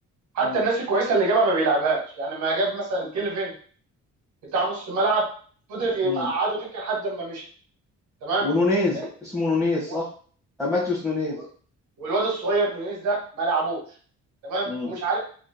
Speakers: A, on the right; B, in the centre.
A: حتى
B: امم
A: الناس الكويسه اللي جابها ما بيلعبهاش يعني ما جاب مثلا كيلفن بتاع نص الملعب فضل يقعده
B: امم
A: دكه لحد ما مشي تمام
B: ونونيز
A: آه،
B: اسمه نونيز صح
A: و-
B: آه، ماتيوس نونيز
A: و- والواد الصغير نونيز ده ما لعبوش تمام
B: امم
A: ومش عارف